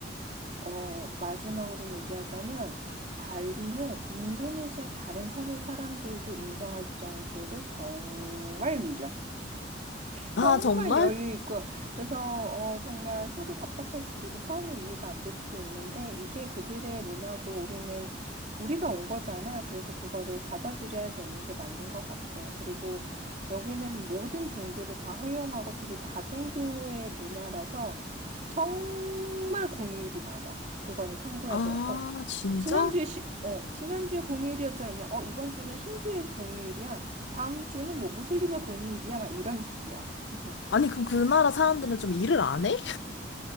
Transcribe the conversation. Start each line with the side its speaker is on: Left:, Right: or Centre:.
Right: 어, 마지막으로 얘기하자면, 발리는 인도네시아 다른 섬의 사람들도 인정할 정도로 정말 느려.
Left: 아,
Right: 정말
Left: 정말?
Right: 여유 있고 그래서 어, 정말 속이 답답할 수도 있고 처음엔 이해가 안 될 수도 있는데 이게 그들의 문화고 우리는 우리가 온 거잖아. 그래서 그거를 받아들여야 되는 게 맞는 것 같아. 그리고 여기는 모든 종교를 다 허용하고 되게 다종교의 문화라서 정말 공휴일이 많아. 그거는 참고해야
Left: 아,
Right: 돼. 어,
Left: 진짜?
Right: 지난주에 시, 어, 지난주에 공휴일이었잖아. 어, 이번 주는 힌두의 공휴일이야. 다음 주는 뭐 무슬림의 공휴일이야. 막 이런 식이야. <laughs>
Left: 아니, 그럼 그 나라 사람들은 좀 일을 안 해?